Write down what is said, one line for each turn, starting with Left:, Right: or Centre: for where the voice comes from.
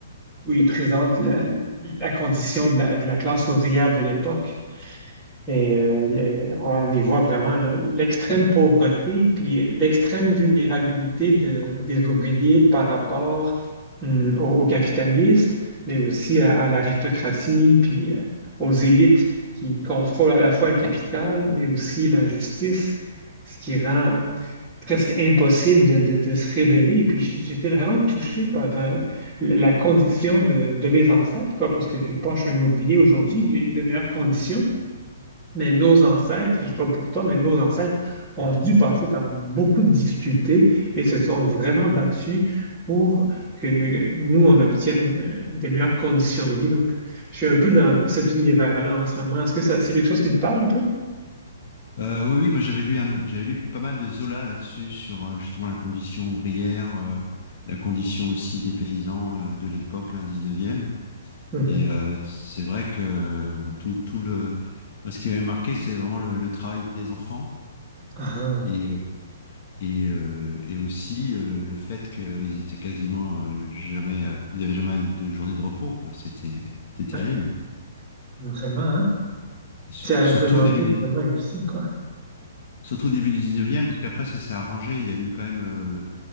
Centre: où il présente la, la condition de la, de la classe ouvrière de l'époque. Et euh, le- on y voit vraiment là, l'extrême pauvreté puis l'extrême vulnérabilité de- des ouvriers par rapport hum, aux, aux capitalistes, mais aussi à, à l'aristocratie puis euh, aux élites qui contrôlent à la fois le capital, mais aussi la justice, ce qui rend presque impossible de, de- de se rebeller. Et puis j- j'étais vraiment touché par euh, la condition de, de mes ancêtres, quoi, parce que quelque part, je suis un ouvrier aujourd'hui, j'ai de meilleures conditions. Mais nos ancêtres, je sais pas pour toi, mais nos ancêtres ont dû passer par beaucoup de difficultés et se sont vraiment battus pour que nous, on obtienne euh, des meilleures conditions de vie. Donc, je suis un peu dans, dans cet univers-là en ce moment. Est-ce que ça, c'est quelque chose qui te parle un peu?
Left: Euh, oui, oui, moi j'avais lu, un- j'avais lu pas mal de Zola là-dessus, sur euh, justement la condition ouvrière, euh, la condition aussi des paysans euh, de l'époque, hein, 19e.
Centre: Mhm.
Left: Et euh, c'est vrai que euh, tout, tout le... Moi, ce qui m'avait marqué, c'est vraiment le, le travail des enfants
Centre: Ah,
Left: et, euh, et, euh, et aussi euh, le, le fait qu'ils étaient quasiment euh, jamais... euh, ils n'avaient jamais de journée de repos, quoi. C'était c'était
Centre: ouais,
Left: terrible.
Centre: vraiment, hein?
Left: S-
Centre: C'est à
Left: Surtout
Centre: se demander
Left: au début du
Centre: vraiment difficile, quoi.
Left: Surtout au début du 19e, parce qu'après ça s'est arrangé. Il y a eu quand même, euh,